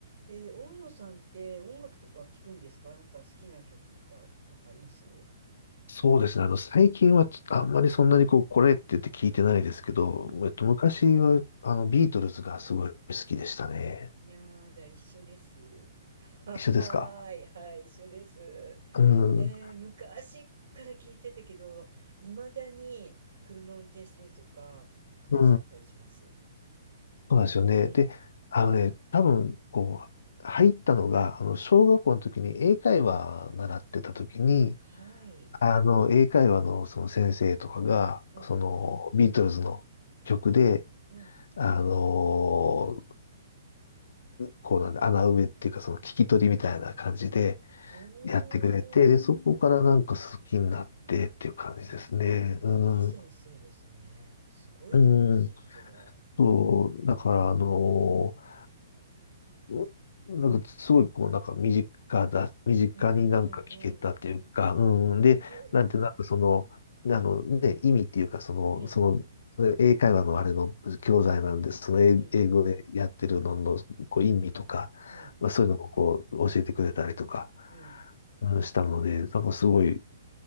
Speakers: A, on the right (about 80°); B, on the left (about 75°).
A: えー、大野さんって音楽とか聞くんですかなんか好きな曲とかなんかあります
B: そうですね。あの、最近はちあんまりそんなにこう、これって言って聞いてないですけど、
A: うん。
B: えっと、昔は、あの、ビートルズがすごい好きでしたね。
A: いやーだ、一緒です。ははーい、
B: 一緒ですか
A: はい、一緒です。
B: うん、
A: えー、
B: うん、
A: 昔から聞いてたけど、いまだに車運転してるとかかけちゃったりします。
B: そうなんですよね。
A: うん。
B: で、あのね、多分、こう、入ったのが、あの、小学校の時に英会話習ってた時に、
A: はい。
B: あの、英会話のその先生とかが、
A: うん、
B: その、ビートルズの曲で、
A: うん。
B: あのこうなんだ、穴埋めっていうか、その聞き取りみたいな感じで、
A: おー。
B: やってくれて、で、そこからなんか好きになってっていう感じですね。
A: えー、あ、
B: うん。
A: いい先生ですね。すごい楽しい、
B: うん。
A: それ。
B: そう、
A: うん。
B: だからあのーうなんかすごいこうなんか身近だ、身近になんか聞けたっていうか、
A: うん、うん、
B: うん。で、
A: ええ。
B: なんてなんかその、あのね、意味っていうかその、
A: うん、
B: その、英会話のあれの教材なんで、その英英語でやってるののこう意味とか、
A: うん、うん、
B: まあ、そういうのもこう教えてくれたりとか、
A: うん。
B: うんしたので、なんかすごい